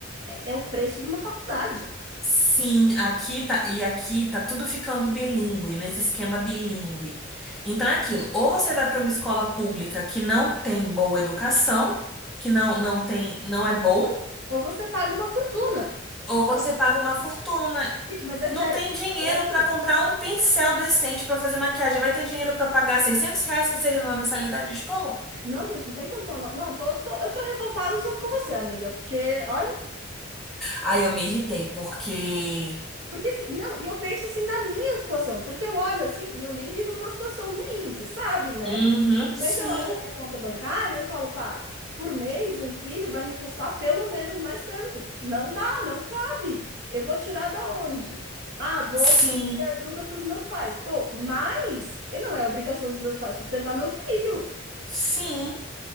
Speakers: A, on the right (about 60°); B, in the centre.
A: é, é o preço de uma faculdade.
B: Sim, aqui tá e aqui tá tudo ficando bilíngue, nesse esquema bilíngue. Então é aquilo, ou você vai para uma escola pública que não tem boa educação, que não não tem, não é bom,
A: Ou você paga uma fortuna.
B: ou você paga uma fortuna.
A: Gente, mas é
B: Não
A: sério.
B: tem dinheiro
A: É assim.
B: para comprar um pincel decente para fazer maquiagem. Vai ter dinheiro para pagar 600 reais que seja numa mensalidade de escola?
A: Não, gente, não tem condição. Não, não tô, tô- eu tô revoltada junto com você, amiga, porque olha.
B: Aí eu me irritei, porque.
A: Porque, assim, não, e eu penso assim na minha situação, porque eu olho assim e eu nem vivo numa situação ruim, você sabe, né?
B: Uhum, sim,
A: Mas eu olho a minha conta bancária e eu falo, pá, por mês um filho vai me custar pelo menos mais tanto. Não dá, não cabe. Eu vou tirar da onde? Ah, vou
B: sim,
A: pedir ajuda para os meus pais. Pô, mas e não é obrigação dos meus pais sustentar meu filho.
B: sim.